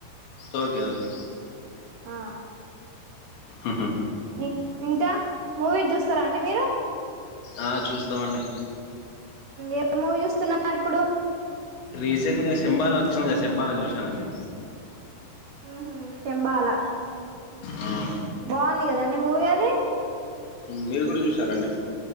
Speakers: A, on the left; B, on the right.
A: ఓకే ఓకే
B: ఆ
A: ఆహా
B: ఇం ఇంకా మూవీ చూస్తారా అండి మీరు
A: ఆ చూస్తామండి
B: ఏ మూవీ చూస్తున్నారు ఇప్పుడు
A: రీసెంట్గా సింబాల వచ్చింది కద సింబాలా చూసానుండి
B: ఉహు శంబాల
A: మ్మ్.
B: బాగుంది కదాండి మూవీ అది
A: మీరు కూడా చూసారండి